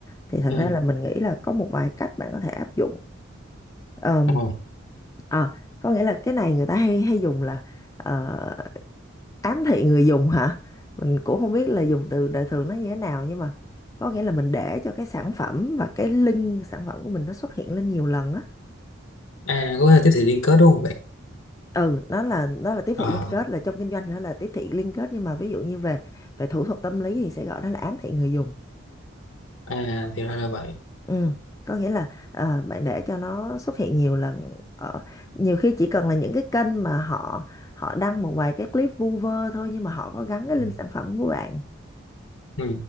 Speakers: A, on the left; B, on the left.
A: thì thật
B: ừ,
A: ra là mình nghĩ là có một vài cách bạn có thể áp dụng. Ờm,
B: ờ.
A: À, có nghĩa là cái này người ta hay hay dùng là ờ, ám thị người dùng hả mình cũng không biết là dùng từ đời thường nó như thế nào nhưng mà có nghĩa là mình để cho cái sản phẩm và cái link sản phẩm của mình nó xuất hiện lên nhiều lần á
B: à có thể tiếp thị liên kết đúng không bạn
A: ừ nó là nó là tiếp
B: Ờ,
A: thị liên kết là trong kinh doanh thì nó là tiếp thị liên kết nhưng mà ví dụ như về về thủ thuật tâm lý thì sẽ gọi đó là ám thị người dùng
B: à thì ra là vậy
A: ừ có nghĩa là ờ, bạn để cho nó xuất hiện nhiều lần ở nhiều khi chỉ cần là những cái kênh mà họ họ đăng một vài cái clip vu vơ thôi nhưng mà họ có gắn cái link
B: ừ,
A: sản phẩm của bạn
B: ừ.